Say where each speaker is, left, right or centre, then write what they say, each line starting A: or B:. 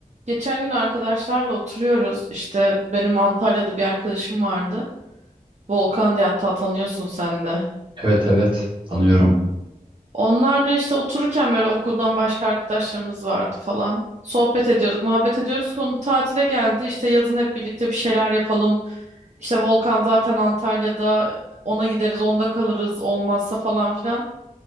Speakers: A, on the right (about 50°); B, on the right (about 35°).
A: Geçen gün arkadaşlarla oturuyoruz. İşte benim Antalya'da bir arkadaşım vardı. Volkan diye hatta tanıyorsun sen de.
B: Evet evet tanıyorum.
A: Onlarla işte otururken böyle okuldan başka arkadaşlarımız vardı falan. Sohbet ediyorduk, muhabbet ediyoruz. Konu tatile geldi. İşte yazın hep birlikte bir şeyler yapalım. İşte Volkan zaten Antalya'da. Ona gideriz, onda kalırız olmazsa falan filan.